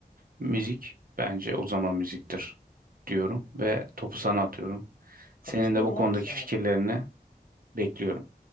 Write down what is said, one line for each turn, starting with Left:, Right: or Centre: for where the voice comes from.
Right: müzik bence o zaman müziktir diyorum ve topu sana atıyorum.
Left: Katılıyorum
Right: Senin de bu konudaki
Left: abi sana.
Right: fikirlerini bekliyorum.